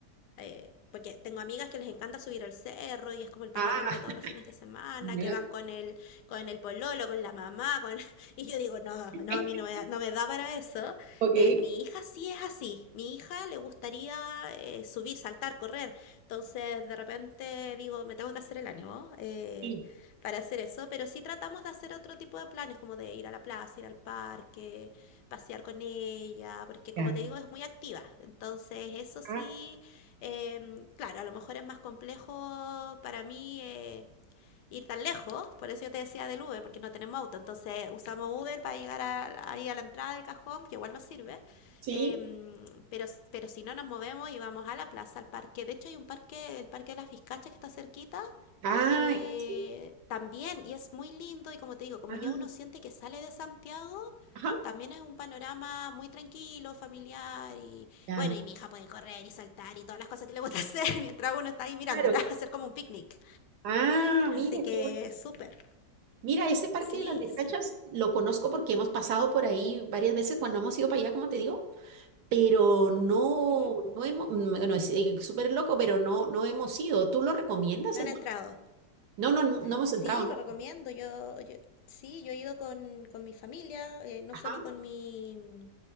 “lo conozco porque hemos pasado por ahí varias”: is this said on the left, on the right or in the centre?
Right